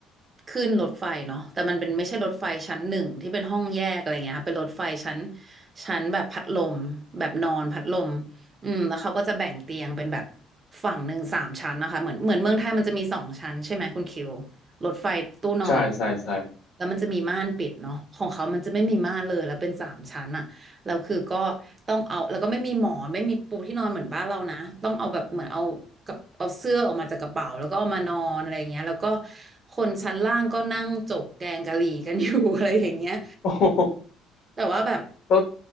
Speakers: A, on the right; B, on the left.
A: ขึ้นรถไฟเนาะแต่มันเป็นไม่ใช่รถไฟชั้นหนึ่งที่เป็นห้องแยกอะไรเงี้ยค่ะเป็นรถไฟชั้นชั้นแบบพัดลมแบบนอนพัดลมอืมแล้วเขาก็จะแบ่งเตียงเป็นแบบฝั่งหนึ่งสามชั้นนะคะเหมือนเหมือนเมืองไทยมันจะมีสองชั้นใช่ไหมคุณคิวรถไฟตู้นอน
B: ใช่ใช่ใช่ <laughs>
A: แล้วมันจะมีม่านปิดเนาะของเขามันจะไม่มีม่านเลยแล้วเป็นสามชั้นอะ แล้วคือก็ต้องเอาแล้วก็ไม่มีหมอนไม่มีปูที่นอนเหมือนบ้านเรานะต้องเอาแบบเหมือนเอากับเอาเสื้อออกมาจากกระเป๋าแล้วก็เอามานอนอะไรอย่างเงี้ยแล้วก็คนชั้นล่างก็นั่งจกแกงกะหรี่กันอยู่ <laughs> อะไรอย่างเงี้ย
B: โอ้โห
A: แต่ว่าแบบ
B: แล้ว